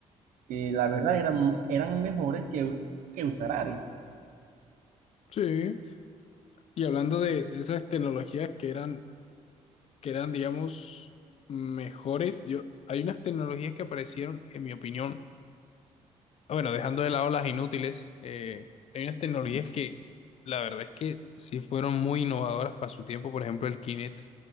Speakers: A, on the right; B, on the left.
A: que la verdad eran, eran mejores que, que usar Ares.
B: Sí. Y hablando de, de esas tecnologías que eran, que eran, digamos, mejores, yo, hay unas tecnologías que aparecieron, en mi opinión, Bueno, dejando de lado las inútiles, eh, hay unas tecnologías que la verdad es que sí fueron muy innovadoras para su tiempo. Por ejemplo, el Kinect,